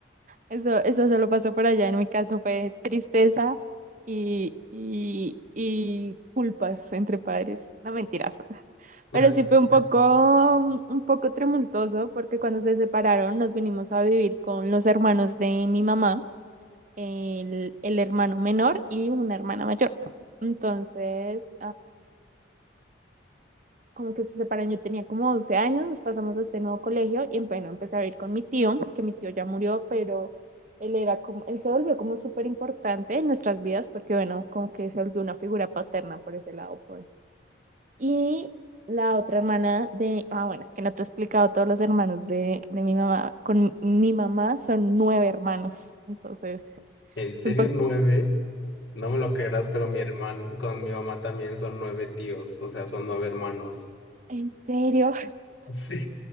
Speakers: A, on the right; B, on the left.
A: eso, eso solo pasó por allá. En mi caso fue tristeza y, y, y culpas entre padres. No mentiras. <laughs>
B: <laughs>
A: Pero sí fue un poco, un poco tumultuoso porque cuando se separaron nos vinimos a vivir con los hermanos de mi mamá, el, el hermano menor y una hermana mayor. Entonces, como que se separan, yo tenía como 12 años, nos pasamos a este nuevo colegio y bueno, empecé a ir con mi tío, que mi tío ya murió, pero él era como, él se volvió como súper importante en nuestras vidas porque bueno, como que se volvió una figura paterna por ese lado, pues. Y la otra hermana de, ah, bueno, es que no te he explicado, todos los hermanos de, de mi mamá, con mi mamá son nueve hermanos, entonces,
B: En serio,
A: es un poco...
B: nueve, no me lo creerás, pero mi hermano, con mi mamá también son nueve tíos, o sea, son nueve hermanos.
A: ¿En serio?
B: Sí,